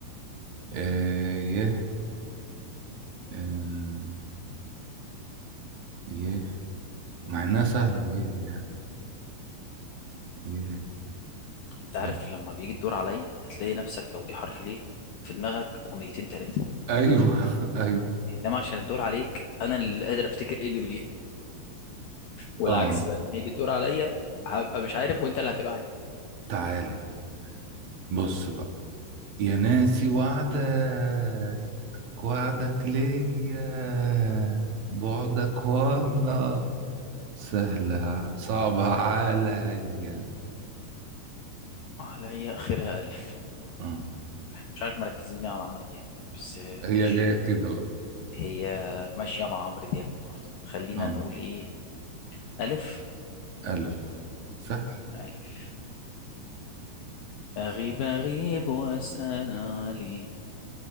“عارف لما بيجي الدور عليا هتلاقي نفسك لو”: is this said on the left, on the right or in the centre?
Left